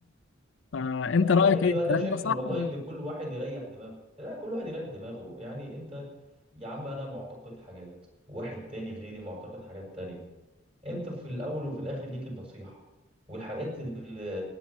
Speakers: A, on the left (about 70°); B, on the right (about 30°).
A: فانت
B: لا
A: رايك
B: يعني
A: ايه الكلام
B: انا شايف
A: ده صح
B: والله
A: ولا
B: ان كل واحد يريح دماغه لا كل واحد يريح دماغه يعني انت يا عم انا معتقد حاجات واحد تاني غيري معتقد حاجات تانية انت في الاول وفي الاخر ليك النصيحة والحاجات اللي